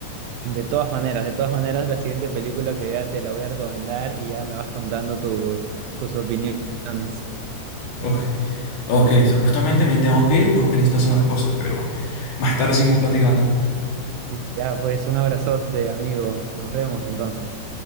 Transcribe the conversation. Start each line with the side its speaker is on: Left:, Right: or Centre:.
Right: De todas maneras, de todas maneras, la siguiente película que vea te la voy a recomendar y ya me vas contando tu- tus opiniones.
Left: Ok, ok, listo. Justamente me tengo que ir porque necesito hacer unas cosas, pero más tarde seguimos platicando.
Right: Y ya, pues un abrazote, amigo. Nos vemos entonces.